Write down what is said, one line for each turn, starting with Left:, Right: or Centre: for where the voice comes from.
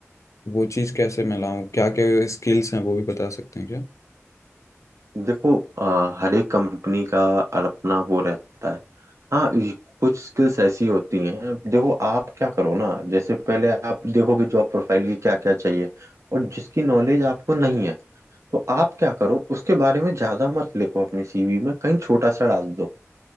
Left: वो चीज़ कैसे मैं लाऊं क्या क्या स्किल्स हैं वो भी बता सकते हैं क्या
Right: देखो आ, हर एक कंपनी का अपना वो रहता है हाँ ये कुछ स्किल्स ऐसी होती हैं देखो आप क्या करो ना जैसे पहले आप देखो कि जॉब प्रोफाइल की क्या क्या चाहिए और जिसकी नॉलेज आपको नहीं है तो आप क्या करो उसके बारे में ज्यादा मत लिखो अपने सीवी में कहीं छोटा सा डाल दो